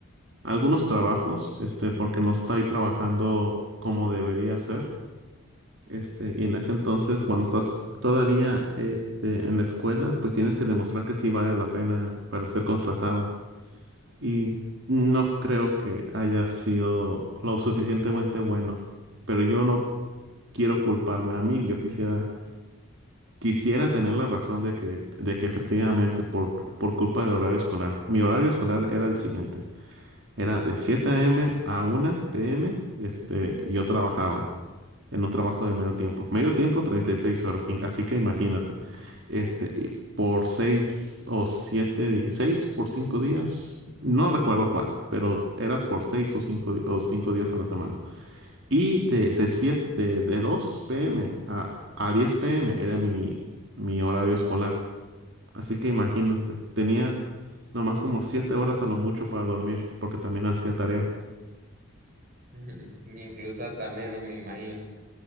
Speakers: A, on the right (about 60°); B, on the right (about 40°).
A: algunos trabajos, este, porque no estoy trabajando como debería ser, este, y en ese entonces cuando estás todavía, este, en la escuela, pues tienes que demostrar que sí vale la pena para ser contratado. Y no creo que haya sido lo suficientemente bueno. Pero yo no quiero culparme a mí. Yo quisiera, quisiera tener la razón de que, de que efectivamente por, por culpa del horario escolar. Mi horario escolar era el siguiente. Era de siete a m a una p m. Este,
B: Ujú.
A: yo trabajaba en un trabajo de medio tiempo. Medio tiempo, 36 horas, sin- así que imagínate, este,
B: Uf.
A: y por 6 o 7, 6 por 5 días, no recuerdo cuál, pero era por 6 o 5, o cinco días a la semana. Y de, de 7, de 2 p.m. a, a 10 p.m. era mi, mi horario escolar. Así que imagínate, tenía nomás como 7 horas a lo mucho para dormir, porque también hacía tarea.
B: <laughs> Incluso hasta menos, me imagino.